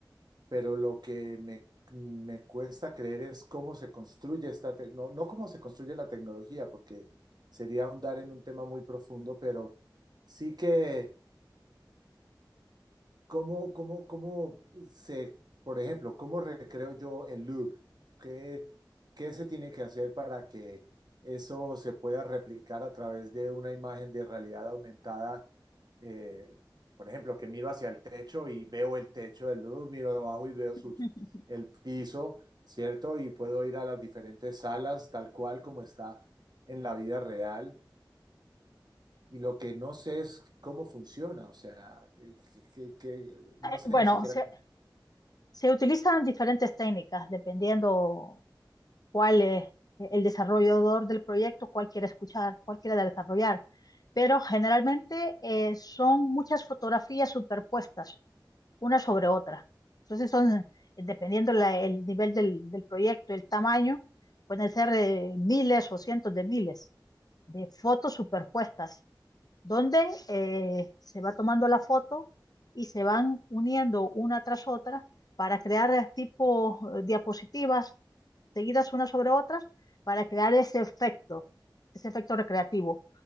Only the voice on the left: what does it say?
<laughs>
Eh,
bueno,
se,
se, utilizan diferentes técnicas dependiendo cuál es el desarrollador del proyecto, cuál quiere escuchar, cuál quiere desarrollar. Pero generalmente eh, son muchas fotografías superpuestas una sobre otra. Entonces son, eh, dependiendo la- el nivel del, del proyecto, el tamaño, pueden ser eh, miles o cientos de miles de fotos superpuestas donde eh, se va tomando la foto y se van uniendo una tras otra para crear tipo eh, diapositivas seguidas unas sobre otras para crear ese efecto, ese efecto recreativo.